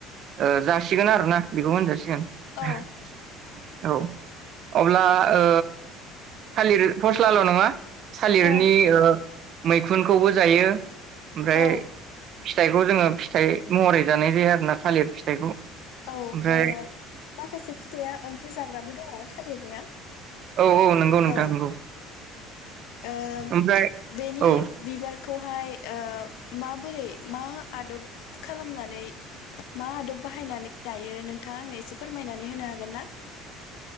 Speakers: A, on the right; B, on the left.
A: ओ जासि सिगोन आरोना बेखौ मोनजासे <inaudible>
B: औ
A: औ अब्ला ओ थालिर फस्लाल' नङा थालिरनि
B: औ
A: ओ मैखुनखौबो जायो। ओमफ्राय
B: औ
A: फिथाइखौ जोङो फिथाइ महरै जानाय जाया। थालिर फिथाइखौ।
B: औ
A: ओमफ्राय
B: अ माखासे फिथाइया ओंख्रि जाग्राबो दङ। थालिर निया।
A: औ औ नंगौ नोंथां
B: औ
A: नंगौ
B: ओ
A: ओमफ्राय
B: बेनि
A: औ
B: बिबार खौहाय ओ माबोरै मा आदब खालामनानै मा आदब बाहायनानै दायो नोंथाङा आंनो एसे फोरमायनानै होनो हागोन ना?